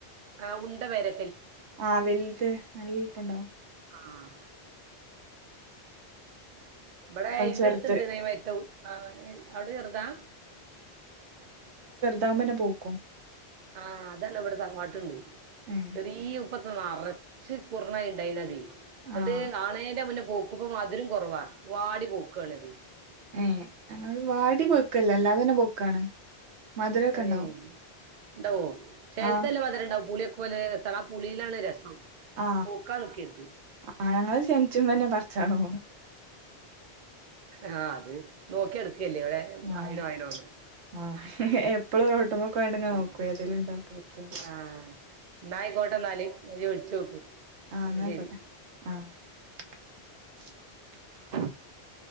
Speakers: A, on the right (about 50°); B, on the right (about 85°).
A: ആ ഉണ്ട വരെ
B: ആ വൽത് നല്ലൽപ്പണ്ടാവും
A: ആഹ് ഇബടെ ഇന്റെട്ത്ത്ണ്ട്
B: ചെർത്
A: തെമതിര്തെ അവിടെ ചെറുതാ
B: താമനെ പോവ്ക്കും
A: ആഹ് അതാണ് അവിടെ തറവാട്ടുണ്ട്
B: ഏഹ്
A: ചെറിയ ഉപ്പ നറച്ച് കുറണ ഇണ്ടായിന്ന്‌ അതി
B: ആഹ്
A: എന്നിട്ട് കാണന്റെ മുന്നേ പോക്കപ്പ മധുരം കുറവാ വാടി പോക്കണതി
B: മ് അത് വാടി പൊക്കല്ലാ അല്ലാത തന്നെ പൊക്കാണ് മധുരൊക്കെ
A: ഏയ്
B: ഉണ്ടാവും
A: ഇണ്ടാവോ ചെലതല്ലേ
B: ആഹ്
A: മധുരം ഇണ്ടാവു പുളിയൊ പോലെ രസവാ ആ പുളിയിലാണ് രസം
B: ആ
A: പൂക്കാൻ നിക്കരുത്
B: ആ ഞങ്ങള് ശനിച്ചും തന്നെ പറച്ചാണോ
A: ഹാ അത് നോക്കി എടുക്കുകല്ലേ ഒരേ
B: ആഹ്
A: ആയിനോ ആയിനോ ന്ന്‌
B: ആഹ് ഹ് ഹെ എപ്പോഴും ഒരുവെട്ടൊമൊക്ക <unintelligible>
A: ഉം
B: നോക്കുവേ ഏതേലുണ്ടോ പൂത്ത
A: ആഹ് എന്നായിക്കോട്ടെ എന്നാല് ങ്കി വിളിച്ചു നോക്കൂ
B: ആഹ്
A: എന്ന
B: എന്നാ ആയിക്കോട്ടെ
A: ശെരി
B: ആഹ് <inaudible>
A: ആഹ <inaudible>